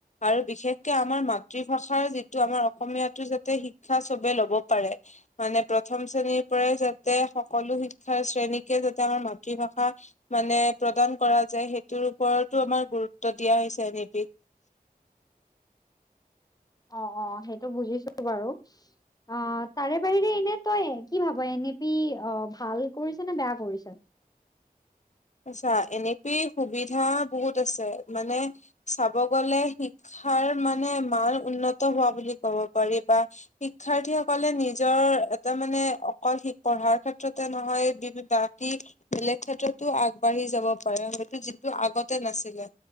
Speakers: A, on the left (about 50°); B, on the left (about 25°).
A: আৰু বিশেষকে আমাৰ মাতৃভাষাৰ যিটো আমাৰ অসমীয়াতো যাতে শিক্ষা চবে ল'ব পাৰে। মানে প্ৰথম শ্ৰেণীৰ পৰাই যাতে সকলো শিক্ষাৰ শ্ৰেণীকে যাতে আমাৰ মাতৃভাষা মানে প্ৰদান কৰা যায়। সেইটোৰ ওপৰতো আমাৰ গুৰুত্ব দিয়া হৈছে এনে পি।
B: অঁ অঁ' সেইটো বুজিছো বাৰু। অঁ' তাৰে বাহিৰে এনে তই কি ভাব এনে পি অঁ' ভাল কৰিছে নে বেয়া কৰিছে?
A: আচ্ছা' এনেকেই সুবিধা বহুত আছে মানে চাব গ'লে শি ক্ষাৰ মানে মান উন্নত হোৱা বুলি ক'ব পাৰি বা শিক্ষাৰ্থীসকলে নিজৰ এটা মানে অকল শিক পঢ়াৰ ক্ষেত্ৰতে নহয় বি বাকী বেলেগ ক্ষেত্ৰত টো আগবাঢ়ি যাব পাৰে সেইটো যিটো আগতে নাছিলে।